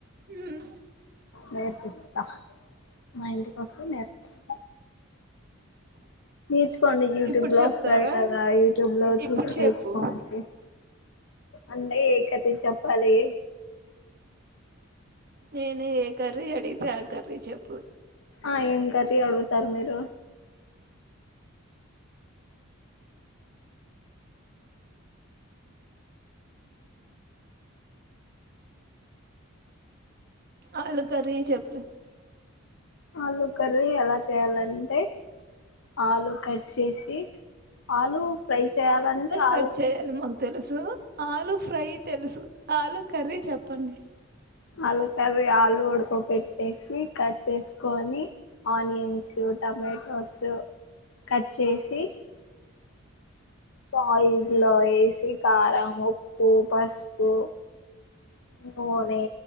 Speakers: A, on the right; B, on the left.
A: మ్మ్.
B: నేర్పిస్తా మా ఇంటికొస్తే నేర్పిస్తా నేర్చు కోండి యూట్యూబ్
A: ఇప్పుడు
B: లో
A: చెప్తారా
B: వస్తాయి కదా యూట్యూబ్ లో చూసి
A: ఇప్పుడు చెప్పు
B: నేర్చుకోండి అండే ఏ కర్రీ చెప్పాలి
A: నేనే ఏ కర్రీ అడిగితే ఆ కర్రీ చెప్పచ్
B: ఆ ఏం కర్రీ అడ తారు మీరు
A: ఆలు కర్రీ చెప్పులే
B: ఆలు కర్రీ ఎలా చేయాలంటే ఆలు కట్ చేసి ఆలు ఫ్రై చేయాలంటే
A: కట్
B: ఆలు
A: చేయాలి మాకు తెలుసు ఆలు ఫ్రై తెలుసు ఆలు కర్రీ చెప్పండి
B: ఆలుకార్రీ ఆలుూ ఉడకపెట్టి పెట్టి కట్ చేసుకొని ఆనియన్స్ టమాటో సో కట్ చేసి ఆయిల్లో వేసి కారం ఉప్పు పసుపు నూనె